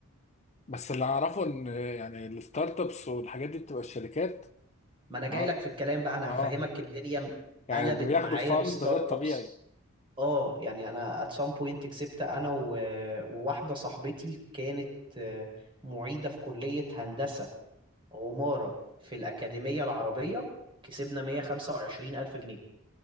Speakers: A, on the left (about 30°); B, on the right (about 25°).
A: بس اللي اعرفه ان يعني الستارت ابس والحاجات دي بتبقى الشركات
B: ما انا جاي
A: اه
B: لك في الكلام بقى انا
A: اه
B: هفهمك الدنيا
A: يعني
B: قلبت
A: بياخدوا
B: معايا
A: فند
B: بستارت
A: غير طبيعي
B: ابس اه يعني انا at some point كسبت انا و... وواحده صاحبتي كانت آه، معيده في كليه هندسه عماره في الاكاديميه العربيه كسبنا 125 الف جنيه